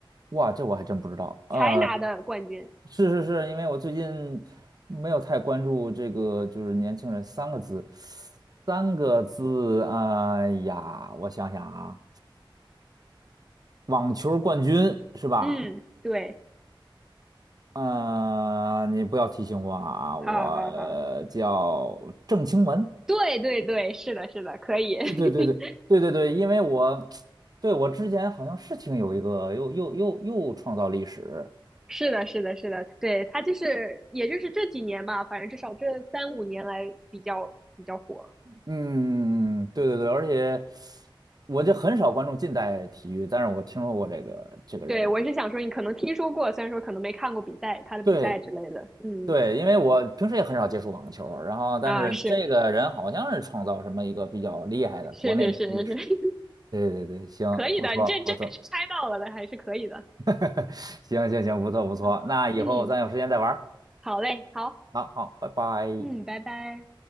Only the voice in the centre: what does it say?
才拿的冠军，
嗯，对，
好好好，对对对，是的，是的，可以。<laughs>
是的，是的，是的，对，他就是，也就是这几年吧，反正至少这三五年来比较比较火。
对，我是想说，你可能听说过，虽然说可能没看过比赛，他的比赛之类的。
嗯，
啊，是是是是是，
<laughs>
可以的，
你这这还是猜到了的，还是可以的。
嗯嗯，
好嘞，好，
嗯，拜拜。